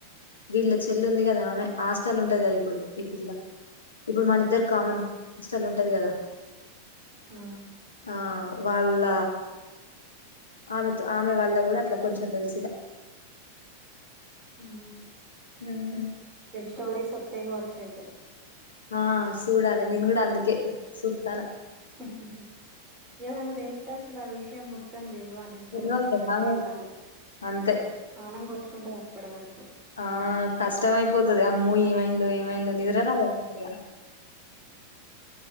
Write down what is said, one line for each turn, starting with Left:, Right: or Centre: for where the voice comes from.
Left: వీళ్ళ చెల్లు ఉంది. కదా ఆమె హాస్టల్ ఉంటది. కద ఇప్పుడు ఈ పిల్ల ఇప్పుడు మన ఇద్దరు కామన్
Right: ఆ
Left: హ్ స్టల్ ఉంటది కదా
Right: ఆ
Left: ఆ వాళ్ళ ఆమెతో ఆమె వాళ్ళ కూడా అట్లా కొంచెం తెలిసిగా
Right: ఉహ్
Left: ఉహ్
Right: స్టోరీస్ వస్తాయ్ కావచ్చు అయితే
Left: ఆ చూడాలి నేను కూడా అందుకే సూతానా
Right: ఉహుహు ఏం అన్నది వె అస్సలు ఆ విషయం మత్తందే తెల్వాలి ఫోటోస్
Left: తెలవలేదా
Right: తక ఇల్లాలి
Left: అంతే
Right: పనం కుంటుంది అప్పటి వరకు
Left: ఆ కష్టమ అయిపోతుది అమ్మ ఏమైందో ఏ నిద్రదా వస్తయా